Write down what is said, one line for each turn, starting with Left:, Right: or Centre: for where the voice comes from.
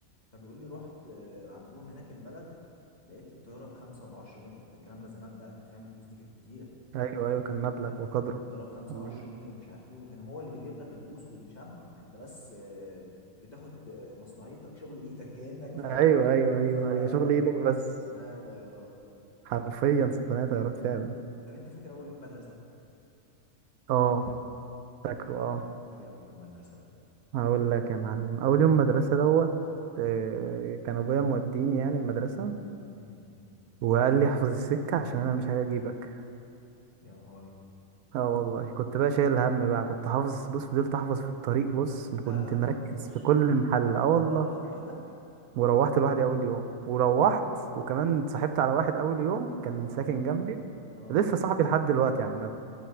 Left: فبيقول لي رحت آه، عندهم هناك البلد لقيت الطياره بخمسه وبعشرة جنيه وانت الكلام ده زمان بقى انت فاهم الفلوس دي كانت كتيره
Right: ايوه ايوه كان مبلغ
Left: فاهم
Right: وقدره
Left: الطياره بخمسه
Right: مم.
Left: وعشرة جنيه ومش عارف ايه وكان هو اللي بيجيب لك البوص والمشمع يعني انت بس آه، بتاخد آه، مصنعيتك شغل ايدك كانك فاهم
Right: ايوه ايوه ايوه
Left: صنايعي
Right: ايوه شغل
Left: طيارات
Right: ايدك بس
Left: صنايعي طيارات
Right: حرفيا صناعة طيارات فعلا
Left: طب انت فاكر اول يوم مدرسه
Right: اه فاكره
Left: احكي لي
Right: اه
Left: بقى احكي لي اول يوم مدرسه ده
Right: هقول لك يا معلم اول يوم مدرسه دوت آه، كان ابويا موديني يعني المدرسه
Left: امم
Right: وقال لي احفظ السكه عشان انا مش هجيبك
Left: يا نهاري
Right: اه والله كنت بقى شايل هم بقى كنت حافظ بص فضلت احفظ في الطريق بص ما
Left: لا
Right: كنت
Left: لا
Right: مركز
Left: ما تهزرش
Right: في كل محل اه والله
Left: وروحت لوحدك
Right: وروحت لوحدي اول يوم وروحت وكمان اتصاحبت على واحد اول يوم كان
Left: اه
Right: ساكن جنبي
Left: اه
Right: لسه صاحبي لحد دلوقتي عامه